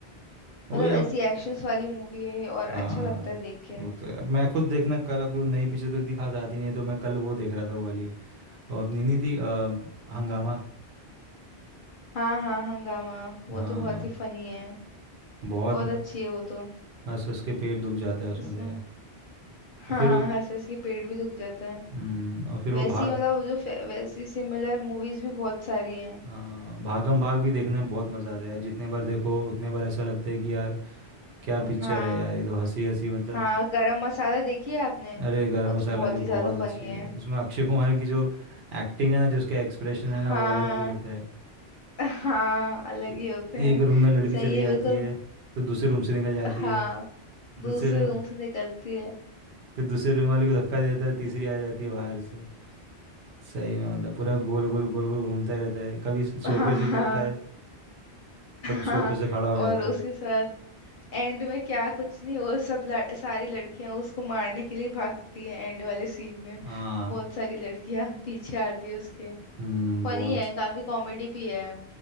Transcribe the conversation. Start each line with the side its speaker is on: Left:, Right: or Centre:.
Left: मतलब
Right: वही अब
Left: ऐसी एक्शंस वाली मूवी है और अच्छा
Right: हाँ
Left: लगता है देख के
Right: वो तो है मैं खुद देखना कल अब नई पिक्चर तो इतनी खास आती नहीं है तो मैं कल वो देख रहा था वो वाली और अपनी नहीं थी अ, हंगामा
Left: हाँ हाँ हंगामा वो
Right: हाँ
Left: तो बहुत ही फनी है
Right: बहुत
Left: बहुत
Right: मस्त
Left: अच्छी है वो तो
Right: बस उसके पेट दुख जाता है उसमें
Left: उसमें
Right: तो यार
Left: <laughs>
Right: और
Left: हाँ
Right: फिर
Left: हाँ
Right: वो-
Left: हंस हंस के पेट भी दुख जाता है
Right: हम्म, और फिर
Left: वैसी
Right: वो भाग
Left: मतलब जो फे- वैसी सिमिलर मूवीज भी बहुत सारी हैं
Right: हाँ भागम भाग भी देखने में बहुत मज़ा आता है यार जितने बार देखो उतने बार ऐसा लगता है कि यार क्या पिक्चर
Left: हाँ
Right: है यार ये तो हंसी हंसी मतलब
Left: हाँ गरम मसाला देखी है आपने
Right: अरे गरम
Left: वो तो
Right: मसाला
Left: बहुत
Right: भी
Left: ही ज्यादा
Right: बहुत अच्छी
Left: फनी
Right: है
Left: है
Right: उसमें अक्षय कुमार की जो एक्टिंग है ना जो उसका एक्सप्रेशन है ना
Left: हाँ
Right: वो अलग ही होता है
Left: हाँ अलग
Right: ए-
Left: ही होते हैं
Right: एक रूम में लड़की
Left: सही
Right: चली
Left: है
Right: जाती
Left: बिल्कुल
Right: है तो दूसरे रूम से निकल जाती
Left: हाँ
Right: है
Left: वो
Right: दूसरे
Left: उस
Right: रूम
Left: रूम से निकलती है
Right: फिर दूसरे रूम वाली को धक्का देता है तीसरी आ जाती है बाहर से सही में मतलब पूरा गोल गोल गोल गोल घूमता रहता है कभी सोफे
Left: हाँ
Right: से गिरता
Left: हाँ
Right: है कभी सोफे
Left: हाँ
Right: से खड़ा हो जाता
Left: और उसके
Right: है
Left: साथ एंड में क्या कुछ नहीं वो सब लड़, सारी लड़कियां उसको मारने के लिए भागती है एंड वाले सीन में
Right: हाँ
Left: बहुत सारी लड़कियां पीछे आती है उसके
Right: हम्म
Left: फनी
Right: बहुत
Left: है काफी कॉमेडी भी है